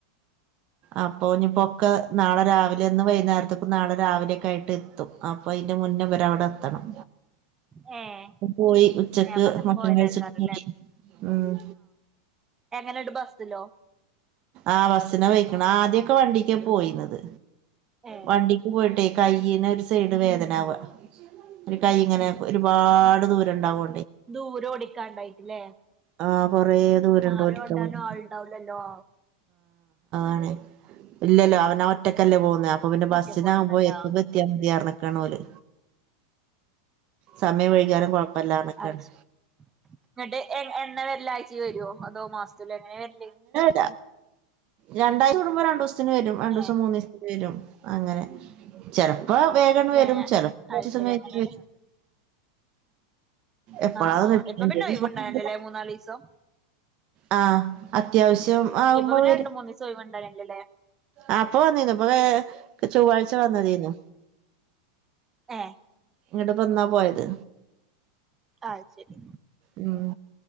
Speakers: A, on the right (about 40°); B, on the right (about 15°).
A: അപ്പൊ ഇനി പൊക്കെ നാളെ രാവിലെ ഇന്ന് വൈകുന്നേരത്തേക്കും നാളെ രാവിലെയൊക്കെ ആയിട്ട് എത്തും അപ്പൊ ന്റെ മുന്നേ ഇവർ അവിടെ എത്തണം
B: ഏഹ്
A: പോയി ഉച്ചക്ക്
B: അപ്പൊ അങ്ങനെ
A: മട്ടൺ
B: പോയതേക്കാരല്ലേ
A: കഴിച്ചിട്ട് പോയി മ്
B: എങ്ങനെട് ബസ്സിലോ
A: ആ ബിസിന പോയിക്കണ് ആദ്യൊക്കെ വണ്ടിക്ക പോയിന്നത്
B: ഏഹ്
A: വണ്ടിക്ക് പോയിട്ടേ കൈയിന ഒരു സൈഡ് വേദനവ ഒരു കൈ ഇങ്ങനെ ഒരുപാട് ദൂര ഉണ്ടാവ
B: ദൂരം ഓടിക്കാണ്ടായിട്ടില്ലേ
A: ആ കൊറേ ദൂരണ്ട്
B: മാറി
A: ഓടിക്കാൻ
B: ഓട്ടാനും
A: വേണ്ടി
B: ആൾണ്ടാവലല്ലോ
A: അണേ ഇല്ലല്ല അവന ഒറ്റക്കല്ലേ പൊന്നെ അപ്പോ പിന്നെ ബസിനാകുമ്പോ
B: ഒറ്റക്ക് ഓടിക്കണ്ടാ
A: <unintelligible> ഓല് സമയം വൈക്യലും കൊഴപ്പല്ല ആണക്കാണ്
B: അത് ശരി എന്നിട്ട് എ എന്ന വെള്ളിയാഴ്ച വേരോ അതോ മാസത്തില് എങ്ങനെ വേരൽ
A: ല രണ്ടാഴ്ച കൂടുമ്പോ രണ്ടു ദിവസത്തിന് വരും രണ്ടു
B: ഏഹ്
A: ദിവസം മൂന്ന് ദിവസത്തിന് വരും അങ്ങനെ ചെലപ്പോ വേഗണ് വെരും
B: ഏഹ്
A: ചെലപ്പോ
B: അത്
A: പർച്ചീസം
B: ശരി
A: കഴിഞ്ഞിട്
B: അങ്ങനെയാണ്
A: എപ്പോള
B: ആഹ്
A: <unintelligible>
B: ആഹ് ഇപ്പൊ പിന്നെ ഒഴിവുണ്ടായില്ലല്ലേ മൂന്നാലീസം
A: ആ അത്യാവശ്യം ആകുമ്പോ
B: ഇപ്പൊ പിന്നെ
A: വരും
B: രണ്ട മൂന്ന് ദിവസോ ഒഴിവ് ഉണ്ടായില്ലേല്ലേ
A: ആഹ് ഇപ്പൊ വന്നീന്നു ഇപ്പൊ ചൊവ്വാഴ്ച വന്നതേനു
B: ഏഹ്
A: ഇങ്ങട്ടപ്പ വന്നാ പോയത്
B: അത് ശരി
A: ഉം